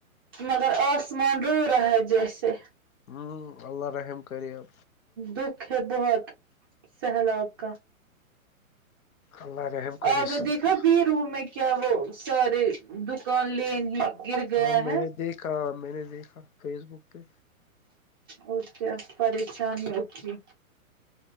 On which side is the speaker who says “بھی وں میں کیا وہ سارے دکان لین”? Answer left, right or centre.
Right